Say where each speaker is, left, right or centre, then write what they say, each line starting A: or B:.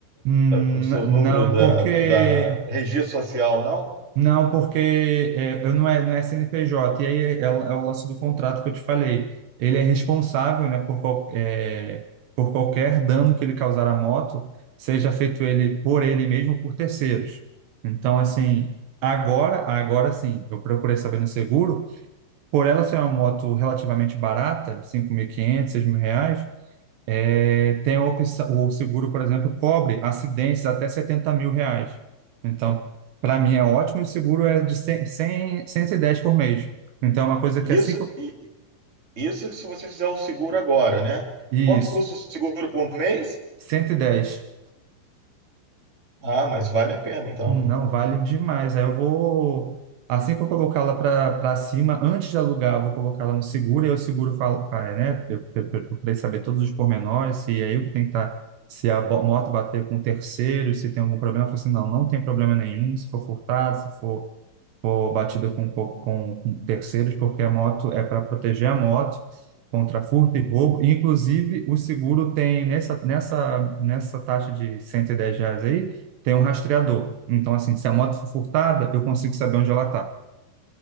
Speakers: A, on the right (about 75°); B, on the right (about 20°).
A: hum,
B: o seu número
A: não,
B: da,
A: porque
B: da registro social, não?
A: Não, porque é, eu não é, não é CNPJ, e aí é, é o é lance do contrato que eu te falei. Ele é responsável, né, por, qual- é, por qualquer dano que ele causar à moto, seja feito ele por ele mesmo ou por terceiros. Então, assim, agora, agora sim, eu procurei saber no seguro, por ela ser uma moto relativamente barata, cinco mil e quinhentos, seis mil reais, é, tem a opção, o seguro, por exemplo, cobre acidentes até setenta mil reais. Então, para mim é ótimo, e o seguro é de cem, cem, cento e dez por mês. Então, é uma coisa que
B: Isso,
A: é cinco
B: e- isso se você fizer o seguro agora, né?
A: Isso,
B: Quanto custa o seguro por mês?
A: cento e dez
B: Ah, mas vale a pena, então.
A: Hum, Não, vale demais. Aí eu vou, assim que eu colocá-la para cima, antes de alugar, eu vou colocá-la no seguro, e aí o seguro fala, pai, né? Eu eu- eu procurei saber todos os pormenores, se é eu que tem que estar, se a bo- moto bater com terceiros, se tem algum problema. Eu falei assim, não, não tem problema nenhum, se for furtado, se for for batido com, com, com terceiros, porque a moto é para proteger a moto contra furto e roubo. Inclusive, o seguro tem nessa, nessa, nessa taxa de 110 reais aí, tem um rastreador. Então, assim, se a moto for furtada, eu consigo saber onde ela está.